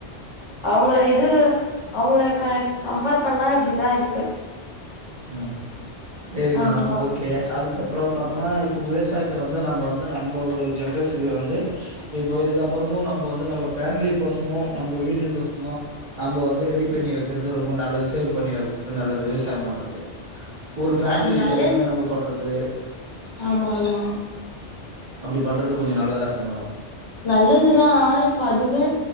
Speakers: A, on the left; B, on the right.
A: அவங்கள இது அவங்கள க கம்பேர் பண்ணா இப்படிதா இருக்கு
B: ம் சேரிங்க
A: ஆமா
B: மேடம் ஓகே அதுக்கப் அப்றோ பாத்தனா இப்போ விவசாயத்த வந்து நம்ப வந்து நம்ப ஒரு ஜென்ரேஷன் வந்து இப்போ இதுக்கப்புறமு நம்ப வந்து நம்ம ஃபேமிலிக்கோசமும் நம்ப வீட்டுக்கோசமோ நம்ப வந்து ரெடி பண்ணி வைக்கிறது ரொம்ப நல்லது சேவ் பண்ணி வைக்கிறது நல்லது விவசாயம் பண்ற து ஒரு ஃபேமிலிக்கு
A: அது நல்லது
B: தேவையான நம்ப பண்றது
A: ஆமா ஆமா
B: அப்டி பண்றது கொஞ்சொ நல்லதாருக்கு மேடம்
A: நல்லதுதா இப்ப அதுக்கு